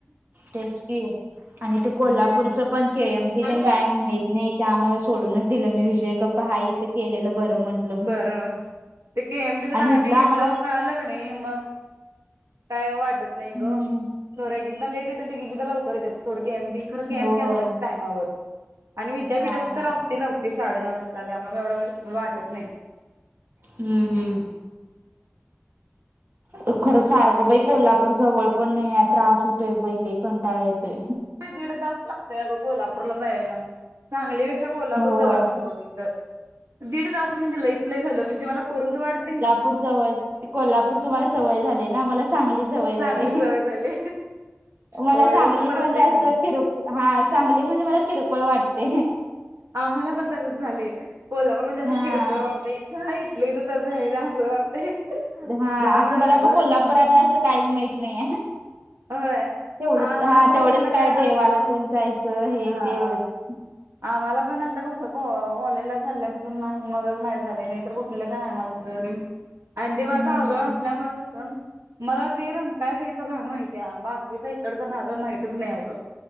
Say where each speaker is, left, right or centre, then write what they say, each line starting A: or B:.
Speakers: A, on the right (about 50°); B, on the right (about 85°).
A: तेच की आणि ते कोल्हापूरचं
B: हम्म
A: पण के एम टी तेन काय
B: होय
A: माहित नाहीत. त्यामुळ सोडूनच दिलं मी विषय गप्प हाय इथं केलेलं बरं म्हटलं
B: तर ते के एम टी च नाय
A: इथलं
B: नं
A: आम्हाला
B: एकदम कळालं क नई मग काय वाटत नाय
A: हम्म
B: ग थोडे एकदा लेट येतात एकेकदा लवकर येतात सोड की एम डी खर के
A: होय
B: एम डी असतात टायमावर आणि विद्यापीठाची
A: हा हा
B: तर अस येत असते साडे दहा वाजता ते आम्हाला काय एवढं वेळ वाटत नाय.
A: हूं हूं त खरं सारखं बई कोल्हापूर जवळ पण नाहीये त्रास होतोय बई लय. कंटाळा येतोय.
B: ती दीड तास लागतोय अगं कोल्हापूरला जायला सांगली ते कोल्हापूर
A: होय
B: जवळ म्हणतो मी तर दीड तास म्हणजे लयत लय झालं म्हणजे मला पूर्ण वाढतय.
A: तर जवळ ते कोल्हापूर तुम्हाला सवय झाले ना आम्हाला सांगली सवय
B: चांगली
A: झाले.
B: सवय झाली.
A: मला
B: होय
A: सांगली
B: तसं प्रत्येकाला.
A: म्हणजे अस किर हा सांगली म्हणजे मला किरकोळ वाटते.
B: आम्हाला पण तसच झाले कोल्हापूर म्हणजे असं
A: हा
B: किरकोळ वाढतय. च हाईत लय तस <unintelligible> असं वाटतंय.
A: हा
B: त्यामुळे
A: असं मला
B: कसं
A: म कोल्हापुरातलं
B: हा
A: असं काहीच माहित नाहीेये.
B: होय
A: तेवढंच
B: आम्हाला
A: हा
B: तर
A: तेवढंच
B: कुठलं
A: काय देवाला
B: आता
A: तेनं जायचं हे
B: हा
A: ते एवढंच <inaudible>
B: आम्हाला पण आता कस कॉ कॉलेजला चालल्यापासून ना मगच माहित झाले नाहीतर कुट म्हटलं काय आम्हाला तरी आणि ते माझं
A: हं,
B: आजोळ असल्यामुळ कस मला ते रंकाळ साईडचा भाग माहिती आहे बाकीचा इकडचा भाग माहितच नाय अगं